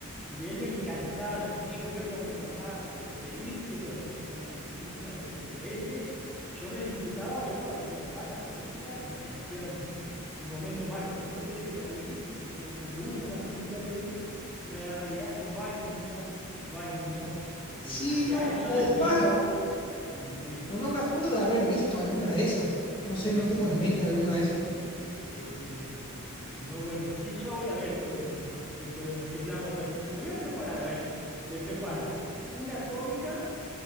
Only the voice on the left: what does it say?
Sí,
no.
O
va,
o no me acuerdo de haber visto alguna de esas. No sé,
no
tengo en
mente
alguna
de
esas.